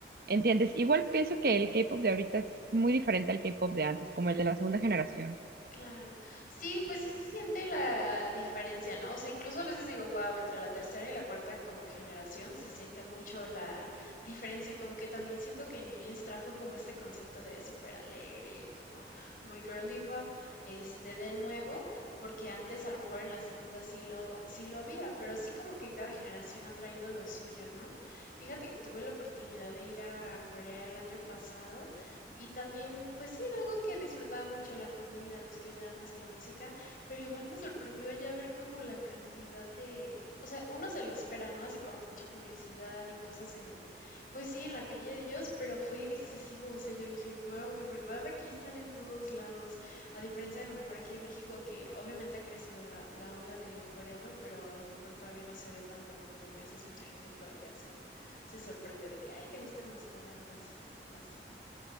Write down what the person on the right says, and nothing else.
entiendes. Igual pienso que el K-pop de ahorita es muy diferente al K-pop de antes, como el de la segunda generación.